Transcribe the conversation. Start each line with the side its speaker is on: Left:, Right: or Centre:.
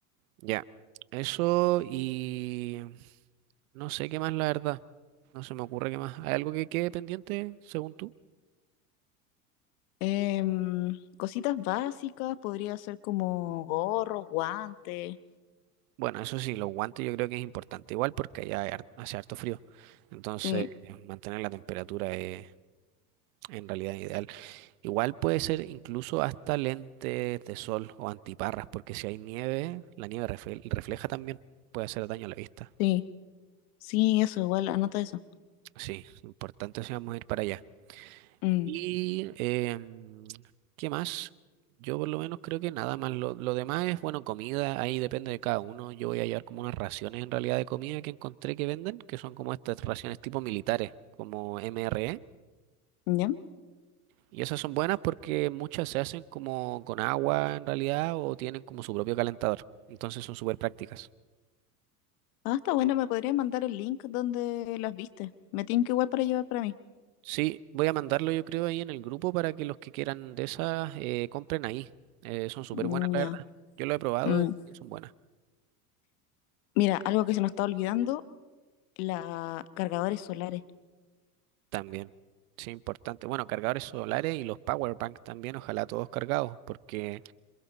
Right: Ya, eso y no sé qué más, la verdad. No se me ocurre qué más. ¿Hay algo que quede pendiente, según tú?
Left: Em, cositas básicas, podría ser como gorros, guantes.
Right: Bueno, eso sí, los guantes yo creo que es importante igual porque allá hay har- hace harto frío. Entonces,
Left: Sí,
Right: mantener la temperatura es en realidad ideal. Igual puede ser incluso hasta lentes de sol o antiparras, porque si hay nieve, la nieve refle- refleja también, puede hacer daño a la vista.
Left: sí, sí, eso, igual, anota eso.
Right: Sí, importante si vamos a ir para allá.
Left: Mm,
Right: Y, em, ¿qué más? Yo por lo menos creo que nada más. Lo, lo demás es, bueno, comida, ahí depende de cada uno. Yo voy a llevar como unas raciones en realidad de comida que encontré que venden, que son como estas raciones tipo militares, como MRE.
Left: ¿ya?
Right: Y esas son buenas porque muchas se hacen como con agua en realidad o tienen como su propio calentador. Entonces son súper prácticas.
Left: Ah, está bueno, me podrías mandar el link donde las viste. Me tienen que igual para llevar para mí.
Right: Sí, voy a mandarlo yo creo ahí en el grupo para que los que quieran de esas eh, compren ahí. Eh, son súper
Left: Mm,
Right: buenas, la
Left: Ya.
Right: verdad. Yo lo he probado
Left: Mm,
Right: y son buenas
Left: Mira, algo que se nos está olvidando, la cargadores solares.
Right: también. Sí, importante. Bueno, cargadores solares y los power bank también, ojalá todos cargados, porque